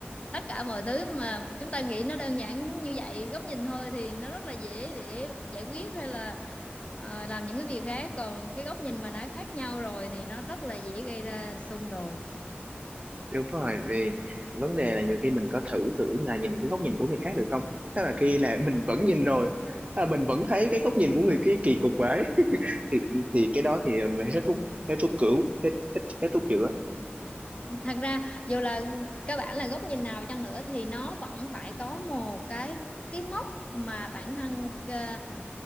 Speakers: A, on the left (about 30°); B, on the right (about 35°).
A: tất cả mọi thứ mà chúng ta nghĩ nó đơn giản như vậy góc nhìn thôi thì nó rất là dễ để giải quyết hay là ờ, làm những cái việc khác còn cái góc nhìn mà đã khác nhau rồi thì nó rất là dễ gây ra xung đột
B: đúng rồi vì vấn đề là nhiều khi mình có thử thử là nhìn cái góc nhìn của người khác được không tức là khi là mình vẫn nhìn rồi à, mình vẫn thấy cái góc nhìn của người kia kỳ cục quá <laughs> thì thì cái đó thì mình hết thuốc hết thuốc cứu hết hết, hết thuốc chữa
A: thật ra dù là các bạn là góc nhìn nào chăng nữa thì nó vẫn phải có một cái cái mốc mà bản thân ờ,